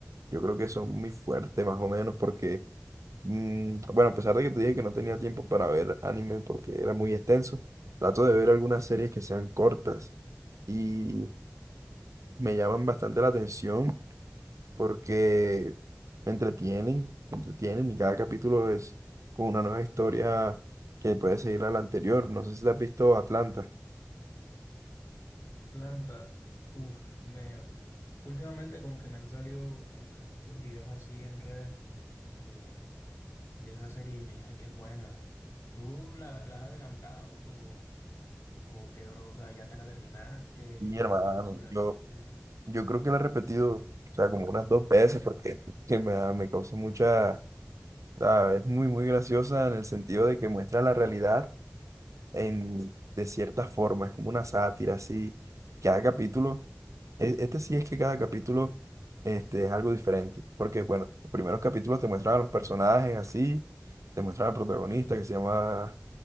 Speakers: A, on the right (about 75°); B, on the left (about 75°).
A: yo creo que son muy fuertes más o menos porque Mm, bueno, a pesar de que te dije que no tenía tiempo para ver anime porque era muy extenso, trato de ver algunas series que sean cortas y me llaman bastante la atención porque me entretienen, me entretienen y cada capítulo es como una nueva historia que puede seguir a la anterior. No sé si te has visto Atlanta.
B: Planta, uff, me últimamente como que me han salido como que muchos videos así en redes de, de esa serie y me dicen que es buena. ¿Tú la, la has adelantado o, o qué, bro? O sea, ¿ya te la terminaste?
A: Y hermano,
B: ¿Qué opinas sobre la
A: yo,
B: serie?
A: yo creo que la he repetido, o sea, como unas dos veces porque <laughs> que me, da- me causa mucha... o sea, es muy, muy graciosa en el sentido de que muestra la realidad en, de cierta forma, es como una sátira, así. Cada capítulo, e- este sí es que cada capítulo este, es algo diferente, porque bueno, los primeros capítulos te muestran a los personajes así, te muestran al protagonista que se llama